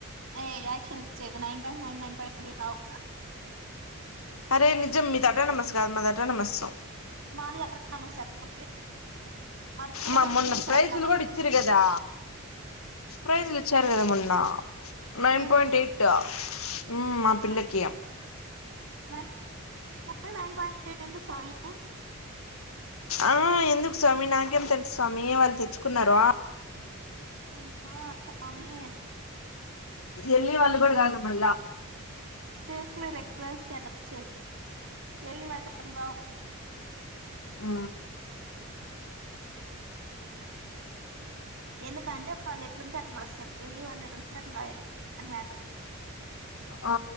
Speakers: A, on the right (about 60°); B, on the left (about 75°).
A: ఏ యాక్షన్ చేయొద్దు. Nine point nine nine point తీ కావు
B: అరే నిజం మీ తాటా నమస్కారం మా తాటా నమస్సో
A: మాది అటనమస్ అయితే మాది మీకంటే
B: మా
A: ముందు
B: మొన్న
A: నుంచి
B: ప్రైజులు
A: అటనమస్
B: కూడా ఇచ్చిరి కదా. ప్రైజలు ఇచ్చారు కద మొన్నా నైన్
A: ఎవరు
B: పోయింట్ ఎయిట్ ఉమ్ మా
A: అవునా
B: పిల్లకి
A: నైన్ మొత్తం నైన్ పాయింట్ ఎయిట్ ఎందుకు సాయి కి
B: ఆ ఎందుకు స్వామి నాకేం తెలుసు స్వామి వాళ్ళు తెచ్చుకున్నారో
A: అమ్మ సామె
B: ఎళ్ళి వాళ్ళు కూడా కాదుమల్లా
A: <unintelligible>
B: ఆ
A: ఎందుకంటే వాళ్ళు ఎట్లుంటే అట్లా రస్తారు. వెళ్లి వాళ్ళు ఎట్లుంటే అట్లా రాయరు అది మ్యాటర్
B: ఆ